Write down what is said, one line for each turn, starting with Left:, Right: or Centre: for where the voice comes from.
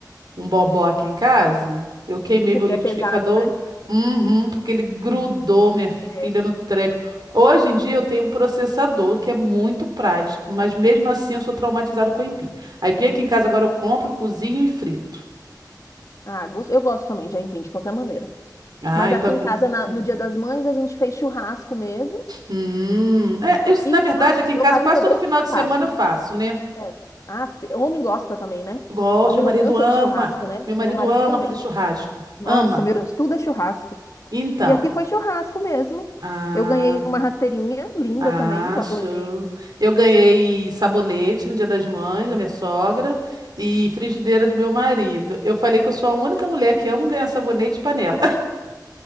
Right: um bobó aqui em casa. Eu queimei
Left: Porque
Right: meu liquidificador,
Left: é pesado, né?
Right: uhum, porque ele grudou minha filha
Left: É.
Right: no treco. Hoje em dia eu tenho um processador que é muito prático, mas mesmo assim eu sou traumatizado com a aipim. A aipim aqui em casa agora eu compro, cozinho e frito.
Left: Ah, gos- eu gosto também de aipim, de qualquer maneira.
Right: Ah,
Left: Mas
Right: eu
Left: aqui
Right: também.
Left: em casa, na-
Right: Hum.
Left: no Dia das Mães, a gente fez churrasco mesmo.
Right: Hum, é, eu,
Left: Aqui,
Right: na verdade,
Left: nossa,
Right: aqui em
Left: meu
Right: casa
Left: marido
Right: quase
Left: é
Right: todo
Left: doido
Right: final
Left: por churrasco,
Right: de semana
Left: né?
Right: eu faço, né?
Left: É. Ah, fi- homem gosta também, né?
Right: Gosto,
Left: Homem
Right: meu
Left: não
Right: marido
Left: cansa
Right: ama.
Left: de churrasco, né?
Right: Meu marido
Left: Meu marido
Right: ama
Left: também.
Right: fazer churrasco.
Left: Nossa,
Right: Ama.
Left: meu Deus, tudo é churrasco.
Right: Então,
Left: E aqui foi churrasco mesmo.
Right: ah,
Left: Eu ganhei uma rasteirinha linda
Right: Ah,
Left: também, que eu
Right: show.
Left: adorei.
Right: Eu ganhei sabonete no Dia das Mães da minha sogra e frigideira do meu marido. Eu falei que eu sou a única mulher que amo ganhar sabonete e panela.